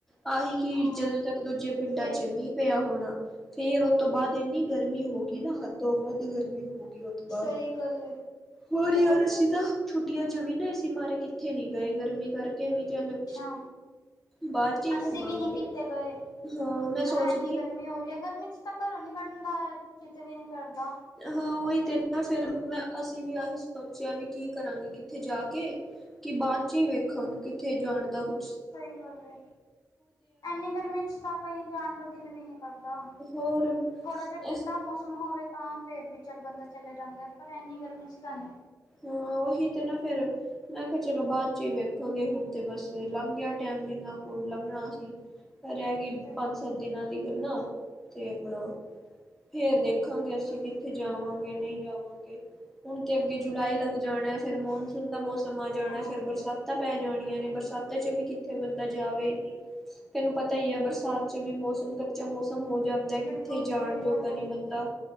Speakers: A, in the centre; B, on the left.
A: ਆਹੀ ਕਿ
B: ਹਾਂ
A: ਜਦੋਂ ਤੱਕ ਦੂਜੇ ਪਿੰਡਾਂ
B: ਸਹੀ
A: ਚ ਮੀਂਹ ਪਿਆ ਹੋਣਾ ਫੇਰ ਓਤੋਂ ਬਾਦ ਇੰਨੀ ਗਰਮੀ ਹੋ ਗਈ ਨਾ ਹੱਦੋ ਵੱਧ ਗਰਮੀ ਹੋ ਗਈ। ਬਾ
B: ਸਹੀ ਗੱਲ ਹੈ
A: ਹੋਰ
B: ਬਹੁਤ
A: ਹੀ ਯਾਰ ਰ
B: ਜ਼ਿਆਦਾ
A: ਅਸੀਂ ਤਾ ਛੁੱਟੀਆ ਚ ਵੀ ਨਾ ਇਸੀ ਮਾਰੇ ਕਿੱਥੇ ਨੀ ਗਏ ਗਰਮੀ ਕਰ ਵੀ ਚਲ
B: ਅੱਛਾ
A: ਬਾਦ ਚ ਈ
B: ਅਸੀਂ
A: ਘੁੰਮਾਂਗੇ
B: ਵੀ ਨਹੀਂ ਕਿਤੇ ਗਏ
A: ਹਾਂ ਮੈਂ ਸੋਚ
B: ਕਿਹਾ ਇੰਨੀ ਗਰਮੀ ਹੋ ਰਹੀ ਐ, ਗਰਮੀ ਚ ਤਾਂ ਕਰੋਂ ਨੀ ਨਿਕਲ ਦਾ ਚਿਤ ਵੀ ਨੀ ਕਰਦਾ।
A: ਹਾਂ ਓਹੀ ਤੇ ਨਾ ਫੇਰ ਮੈਂ ਅਸੀਂ ਵੀ ਆਹੀ ਸੋਚਿਆ ਵੀ ਕੀ ਕਰਾਂਗੇ ਕਿੱਥੇ ਜਾ ਕੇ। ਕਿ ਬਾਦ ਚ ਹੀ ਵੇਖਾਂਗੇ ਕਿੱਥੇ ਜਾਣ ਦਾ ਕੁ
B: ਸਈ ਗੱਲ ਏ, ਐੰਨੀ ਗਰਮੀ ਚ ਤਾਂ ਕਈ ਜਾਣ ਦਾ ਦਿਲ ਵੀ ਨੀ ਕਰਦਾ।
A: ਹੋਰ
B: ਥੋੜਾ ਜਾ ਠੰਡਾ
A: ਇਸ
B: ਮੌਸਮ ਹੋਵੇ ਤਾਂ ਫੇਰ ਵੀ ਚੱਲ ਬੰਦਾ ਚਲੇ ਜਾਂਦਾ ਪਰ ਇੰਨੀ ਗਰਮੀ ਚ ਤਾਂ ਨੀ।
A: ਹਾਂ ਉਹੀ ਤੇ ਨਾ ਫੇਰ ਮੈਂ ਕਿਆ ਚਲੋ ਬਾਅਦ ਚ ਵੇਖੋਗੇ ਹੁਣ ਤੇ ਬਸ ਲੰਘ ਗਿਆ ਟੈਮ ਜਿਨਾ ਕੂ ਲੰਘਣਾ ਸੀ। <unintelligible>
B: ਸਹੀ
A: ਪੰਜ-ਸੱਤ ਦਿਨਾਂ ਦੀ ਗੱਲਾ ਤੇ ਆਪਣਾ ਫੇਰ ਦੇਖਾਂਗੇ
B: ਸਹੀ
A: ਅਸੀਂ
B: ਗੱਲ
A: ਕਿੱਥੇ
B: ਹੈ
A: ਜਾਵਾਂਗੇ ਨਈ ਜਾਵਾਂਗੇ ਹੁਣ ਤੇ
B: ਸਹੀ
A: ਅੱਗੇ ਜੁਲਾਈ
B: ਗੱਲ ਹੈ
A: ਲੱਗ ਜਾਣਾ ਫੇਰ
B: ਅੱਛਾ
A: ਮੌਨਸੂਨ ਦਾ ਮੌਸਮ ਆ ਜਾਣਾ
B: ਹਾਂ
A: ਫੇਰ ਬਰਸਾਤਾਂ
B: ਹਾਂ
A: ਪੈ ਜਾਣੀਆਂ ਨੇ ਬਰਸਾਤਾਂ ਚ ਵੀ ਕਿ ਥੇ ਬੰਦਾ ਜਾਵੇ ਨੀ
B: ਸਹੀ
A: ਤੈਨੂੰ
B: ਗੱਲ
A: ਪਤਾ
B: ਹੈ
A: ਈ ਐ ਬਰਸਾਤ ਚ ਵੀ ਮੌਸਮ ਕੱਚਾ ਮੌਸ ਖਤਮ ਹੋ ਜਾਂਦਾ
B: ਬਿਲਕੁਲ
A: ਕਿੱਥੇ ਜਾਣ
B: ਸਹੀ
A: ਜੋਗਾ
B: ਗੱਲ ਹੈ
A: ਨੀ ਬੰਦਾ